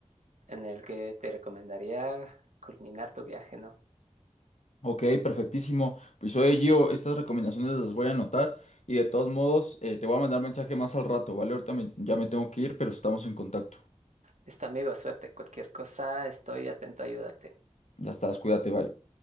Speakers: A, on the right (about 80°); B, on the left (about 70°).
A: en el que te recomendaría culminar tu viaje, ¿no?
B: Ok, perfectísimo. Pues oye, Gio, estas recomendaciones las voy a anotar y de todos modos eh, te voy a mandar mensaje más al rato, ¿vale? Ahorita me- ya me tengo que ir, pero estamos en contacto.
A: Listo, amigo, suerte. Cualquier cosa, estoy atento a ayudarte.
B: Ya estás, cuídate, bye.